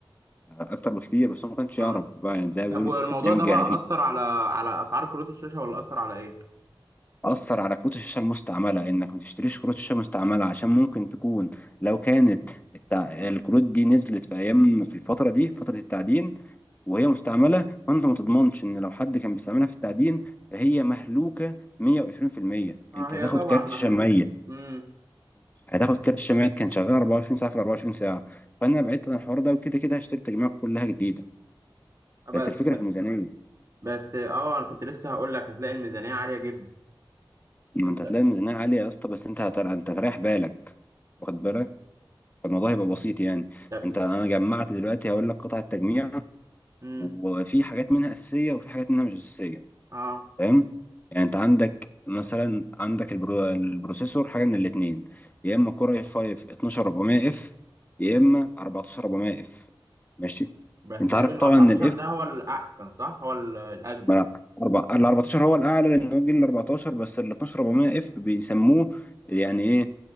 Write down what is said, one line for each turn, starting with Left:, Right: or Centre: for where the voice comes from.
Left: أكتر بكتير بس هو ما كانش
Right: اه
Left: يعرف بقى يعني زي ما
Right: طب
Left: بيقولوا
Right: والموضوع
Left: نايم
Right: ده
Left: الجاهل
Right: بقى اثر على على اسعار كروت الشاشة ولا اثر على ايه؟
Left: أثر على كروت الشاشة المستعملة إنك ما تشتريش كروت شاشة مستعملة عشان ممكن تكون لو كانت التع- الكروت دي نزلت في أيام في الفترة دي فترة التعدين وهي مستعملة فأنت ما تضمنش إن لو حد كان بيستعملها في التعدين فهي مهلوكة 120%
Right: اه
Left: أنت
Right: هي
Left: هتاخد
Right: طبعا
Left: كارت
Right: مهلوك
Left: شاشة ميت
Right: امم
Left: هتاخد كارت شاشة ميت كان شغال 24 ساعة في 24 ساعة فأنا بعدت عن الحوار ده وكده كده هشتري التجميع كلها جديدة
Right: بس
Left: بس الفكرة في الميزانية
Right: بس اه انا كنت لسه هقول لك هتلاقي الميزانية عالية جدا
Left: ما
Right: انت
Left: أنت هتلاقي الميزانية عالية يا اسطى بس أنت هتر... أنت هتريح بالك واخد بالك فالموضوع هيبقى بسيط يعني
Right: طب
Left: انت انا جمعت دلوقتي هقول لك قطع التجميع
Right: امم
Left: وفي حاجات منها اساسيه وفي حاجات منها مش اساسيه
Right: اه
Left: فاهم يعني انت عندك مثلا عندك البرو... البروسيسور حاجه من الاثنين يا اما كور اي 5 12400 اف يا اما 14400 اف ماشي
Right: بس
Left: انت
Right: تقريبا
Left: عارف
Right: ال
Left: طبعا
Right: 14
Left: ان الاف
Right: ده هو الاحسن صح؟ هو ال- الاجدد
Left: ما أنا أربع ال 14 هو الأعلى لأن هو الجيل ال 14 بس ال 12 400 اف بيسموه يعني إيه